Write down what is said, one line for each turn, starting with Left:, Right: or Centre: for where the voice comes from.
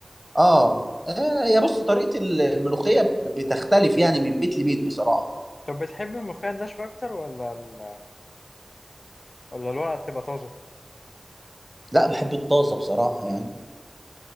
Right: آه آه، هي بص طريقة ال- الملوخية بتختلف يعني من بيت لبيت بصراحة
Left: طب بتحب الملوخية الناشفة أكتر ولا ال... ولا الورقة بتبقى طازة؟
Right: لا بحب الطازة بصراحة يعني